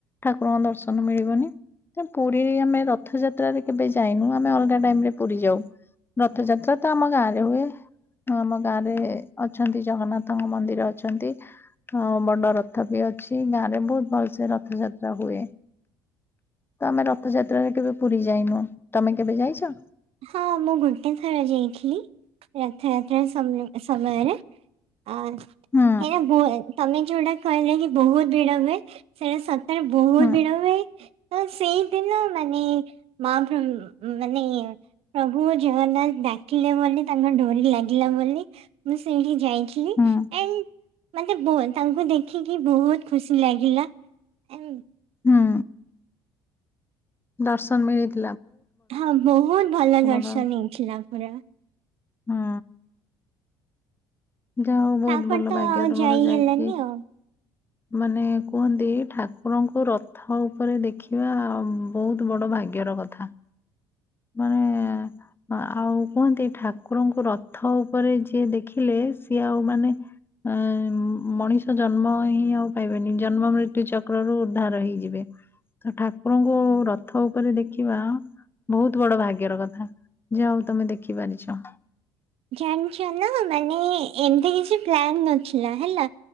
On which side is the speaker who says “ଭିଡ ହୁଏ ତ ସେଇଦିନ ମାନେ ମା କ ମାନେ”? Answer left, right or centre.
Right